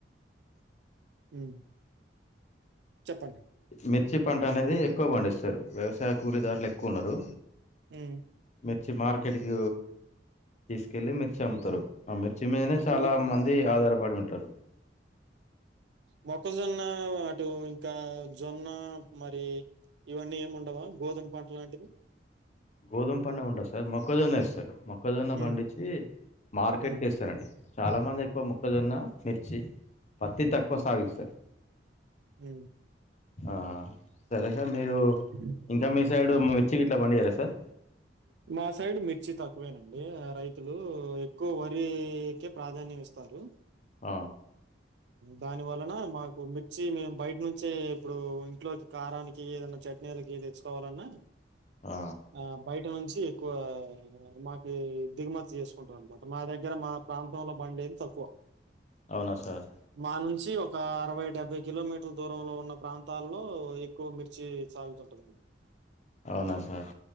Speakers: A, on the right (about 70°); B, on the left (about 40°).
A: ఉ చెప్పండి
B: మిర్చి పంట అనేది ఎక్కువ పండిస్తారు. వ్యవసాయ కూలీదారులు ఎక్కువ ఉన్నారు.
A: హ్
B: మిర్చి మార్కెట్కి తీసుకెళ్ళి మిర్చి అమ్ముతారు. ఆ మిర్చి మీదనే చాలా
A: మ
B: మంది ఆధారపడి ఉంటారు.
A: మొక్కజొన్న అటు ఇంకా జొన్న మరి ఇవన్నీ ఏమి ఉండవా గోధుమ పంటలు లాంటివి
B: గోధుమ పంట ఉండదు సార్ మొక్కజొన్న ఎస్తారు మొక్కజొన్న
A: ఉమ్
B: పండించి మార్కెట్
A: ఉమ్
B: కి ఎస్తారండి చాలామంది ఎక్కువ మొక్కజొన్న మిర్చి పత్తి తక్కువ సాగిస్తారు.
A: హ్
B: హ సరే సార్ మీరు
A: అ
B: ఇంకా మీ సైడు మిర్చి గిట్లా పండి ఇయరా సార్
A: వి మా సైడ్ మిర్చి తక్కువేనండి రైతులు ఎక్కువ వరికే ప్రాధాన్యం ఇస్తారు
B: ఆ
A: దాని వలన మాకు మిర్చి మేము బయట నుంచే ఇప్పుడు ఇంట్లోకి కారానికి ఏదైనా చెట్ నేలకి తెచ్చుకోవాలన్నా
B: ఆ
A: ఆ బయట నుంచి ఎక్కువ ఆ మాకి దిగుమతి చేసుకుంటం అన్నమాట మా దగ్గర మా ప్రాంతంలో బండి ఏది ఏక్కువ
B: అవునా సార్
A: మా నుంచి ఒక అరవై డెబ్బై కిలోమీటర్ దూరంలో ఉన్న ప్రాంతాల్లో ఎ కుకుమిర్చి సగుత ఉంటది
B: అవునా సార్